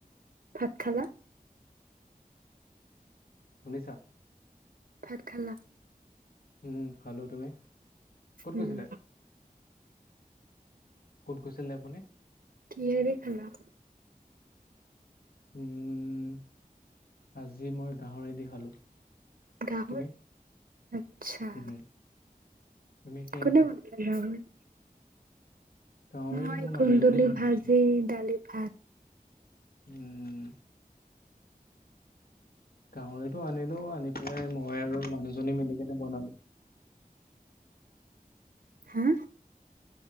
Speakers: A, on the right (about 75°); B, on the left (about 80°).
A: ভাত খালা
B: শুনিছা
A: ভাত খালা
B: উম খালো তুমি, ক'ত
A: উম
B: গৈছিলা ক'ত গৈছিলে আপুনি
A: কিহেৰে খালা
B: উম আজি মই গাহৰি দি খালো
A: গাহৰি
B: তুমি?
A: আচ্ছা
B: উম, তুমি কিহেদি
A: কোনে
B: খালা?
A: বনালে গাহৰি
B: গাহৰি
A: মই
B: মোৰ মানুহজনী
A: কুন্দুলি
B: বনাইছিলে
A: ভাজি দালি ভাত
B: উম গাহৰিতো আনিলো আনি পেলাই মই আৰু মানুহজনী মিলি কেনে বনালো
A: হা